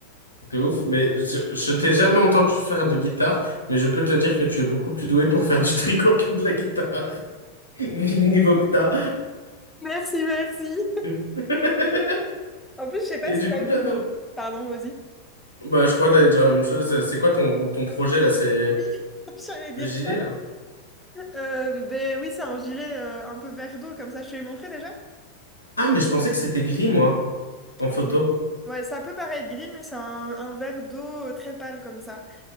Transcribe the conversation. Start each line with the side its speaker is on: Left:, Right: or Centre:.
Left: T'es ouf. Mais je, je t'ai jamais entendu faire de guitare, mais je peux te dire que tu es beaucoup plus doué pour faire du tricot que de la guitare, <laughs> vu le niveau que t'as.
Centre: Merci, merci.
Left: <laughs>
Centre: En plus, je sais pas
Left: Et
Centre: si
Left: du
Centre: t'as
Left: coup,
Centre: vu
Left: là,
Centre: mon... Pardon, vas-y.
Left: bah, je crois que t'allais dire la même chose. C'est quoi ton, ton projet, là? C'est
Centre: Oui, <laughs> j'allais dire
Left: le gilet,
Centre: ça.
Left: là?
Centre: Euh, ben oui, c'est un gilet euh, un peu vert d'eau, comme ça, je te l'ai montré déjà.
Left: Ah, mais je pensais que c'était gris, moi, en photo.
Centre: Hum, Ouais, ça peut paraître gris, mais c'est un, un vert d'eau euh, très pâle, comme ça.